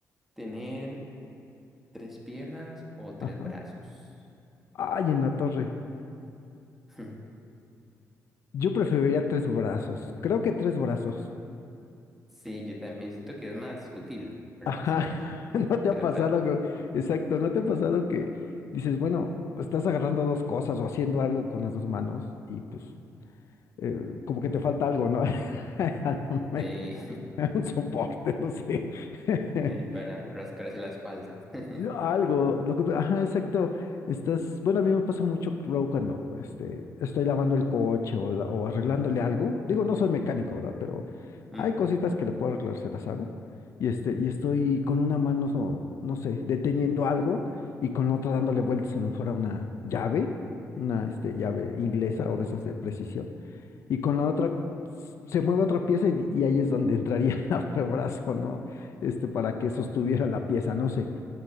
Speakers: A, in the centre; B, on the left.
A: tener tres piernas o tres
B: Ajá.
A: brazos.
B: Ay, en la torre.
A: <laughs>
B: Yo preferiría tres brazos. Creo que tres brazos.
A: Sí, yo también siento que es más útil, ¿verdad?
B: Ajá.
A: ¿Sabes?
B: <laughs>
A: Como
B: ¿No te
A: tres
B: ha pasado
A: brazos.
B: que... Exacto, ¿no te ha pasado que dices, bueno, estás agarrando dos cosas o haciendo algo con las dos manos y pues eh, como que te falta algo, ¿no? <laughs> A lo mejor,
A: Sí,
B: <laughs> Un soporte, no sé. <laughs>
A: <laughs> ahí para rascarse la espalda. <laughs>
B: Yo algo, lo que, ajá, exacto. Estás, bueno, a mí me pasa mucho luego cuando este, estoy lavando el coche o, la- o arreglándole algo. Digo, no soy mecánico, ¿verdad? Pero
A: Ujú.
B: hay cositas que le puedo arreglar, se las hago. Y este, y estoy con una mano, so- no sé, deteniendo algo y con la otra dándole vueltas a lo mejor a una llave, una este, llave inglesa o de esas de precisión. Y con la otra s- se mueve otra pieza y, y ahí es donde entraría <laughs> el brazo, ¿no? Este, para que sostuviera la pieza, no sé.